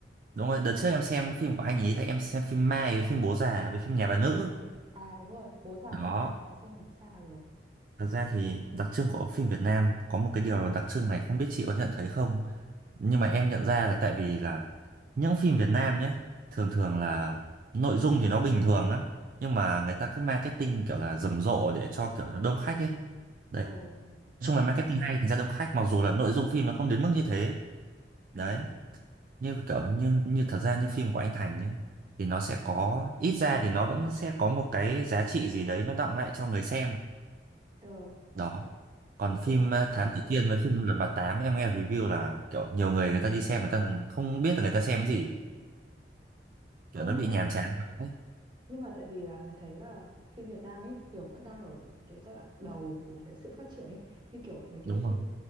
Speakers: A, on the right; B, on the right.
A: đúng rồi, đợt trước em xem phim của anh ấy là em xem phim Mai với phim Bố Già với phim Nhà Bà Nữ.
B: À, à đúng rồi, Bố già
A: Đó,
B: hay, mình có xem Bố già rồi.
A: thật ra thì đặc trưng của phim Việt Nam có một cái điều đặc trưng này không biết chị có nhận thấy không? Nhưng mà em nhận ra là tại vì là những phim Việt Nam nhá, thường thường là nội dung thì nó bình thường lắm, nhưng mà người ta cứ marketing kiểu là rầm rộ để cho kiểu là đông khách ấy. Đấy,
B: Ờ,
A: nói chung là marketing hay thành ra đông khách mặc dù là nội dung phim nó không đến mức như thế. Đấy,
B: ừ,
A: như kiểu như như thật ra như phim của anh Thành nhá thì nó sẽ có ít ra thì nó vẫn sẽ có một cái giá trị gì đấy nó đọng lại cho người xem
B: ờ,
A: đó còn
B: chứ
A: phim
B: còn
A: ờ, Thám
B: đúng
A: Tử
B: rồi.
A: Kiên với phim Lật Mặt Tám em nghe review là kiểu nhiều người người ta đi xem người ta không biết là người ta xem cái gì kiểu
B: Công
A: nó
B: nhận
A: bị nhàm chán đấy
B: nhưng mà tại vì là mình thấy là phim Việt Nam ấy kiểu vẫn đang ở cái giai đoạn đầu của cái sự phát triển ấy như kiểu mấy cái
A: đúng
B: phim
A: rồi